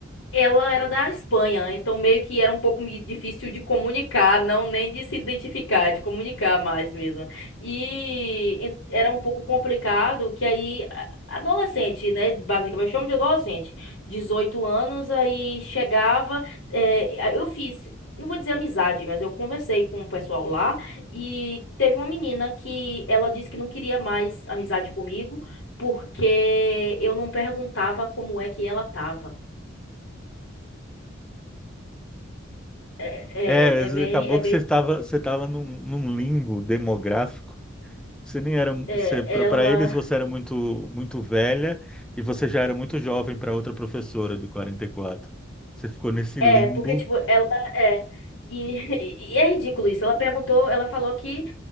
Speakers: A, on the left; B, in the centre.
A: Ela era da Espanha, então meio que era um pouco me- difícil de comunicar, não nem de se identificar, de comunicar mais mesmo. E en- era um pouco complicado que aí a- adolescente, né, basicamente, eu chamo de adolescente, 18 anos, aí chegava, é, a- eu fiz, não vou dizer amizade, mas eu conversei com o pessoal lá e teve uma menina que ela disse que não queria mais amizade comigo porque eu não perguntava como é que ela tava. É,
B: É,
A: é, é bem,
B: acabou
A: é bem,
B: que você estava você estava num, num limbo demográfico. Você nem era, você,
A: é,
B: para
A: ela,
B: eles você era muito muito velha e você já era muito jovem para outra professora de 44. Você ficou nesse
A: é,
B: limbo,
A: porque, tipo, ela é, e, <laughs> e é ridículo isso, ela perguntou, ela falou que,